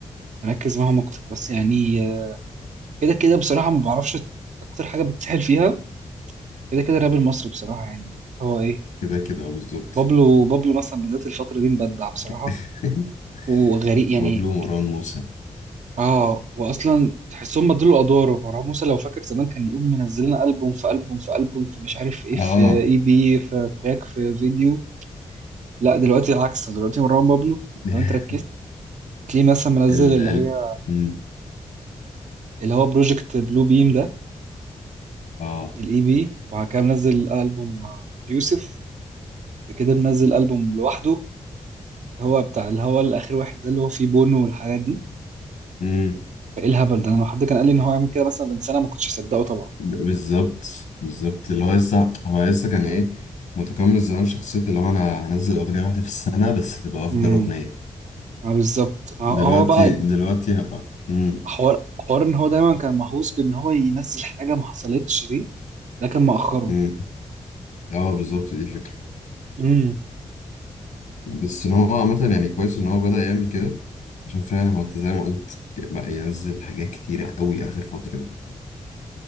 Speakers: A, on the right; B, on the left.
A: اركز معاهم اكتر بس يعني كده كده بصراحة ما بعرفش أكتر حاجة بتسحل فيها كده كده الراب المصري بصراحة يعني هو إيه
B: كده كده آه، بالظبط
A: بابلو بابلو مثلا بالذات الفترة دي مبدع بصراحة
B: <laughs>
A: وغريب يعني
B: بابلو مروان موسى
A: آه وأصلا تحسهم بدلوا أدواره مروان موسى لو فاكر زمان كان يقوم منزل لنا ألبوم في ألبوم في ألبوم في مش عارف إيه
B: اه
A: في إي بي في تراك في فيديو لا دلوقتي العكس دلوقتي مروان بابلو
B: <laughs>
A: لو أنت ركزت هتلاقيه مثلا منزل
B: ال
A: اللي
B: ال
A: هي
B: مم.
A: اللي هو بروجكت بلو بيم ده
B: اه
A: الإي بي وبعد كده منزل ألبوم مع يوسف بعد كده منزل ألبوم لوحده هو بتاع اللي هو الاخر واحد ده اللي هو فيه بونو والحاجات دي
B: مم.
A: فايه الهبل ده انا لو حد كان قال لي ان هو يعمل كده مثلا من سنه ما كنتش هصدقه طبعا
B: ب- بالظبط بالظبط اللي هو لسه هو لسه كان ايه متقمص زمان شخصية اللي هو انا هنزل اغنية واحدة في السنة بس تبقى افجر
A: امم
B: اغنية
A: ما بالظبط ما
B: دلوقتي
A: هو هو بقى
B: دلوقتي آه، امم
A: حوار حوار ان هو دايما كان مهووس بان هو ينزل حاجه ما حصلتش دي ده كان مأخره
B: امم اه بالظبط دي الفكره
A: امم
B: بس ان هو عامه يعني كويس ان هو بدأ يعمل كده عشان فعلا هو انت زي ما قلت بقى ينزل حاجات كتيره قوي اخر فتره دي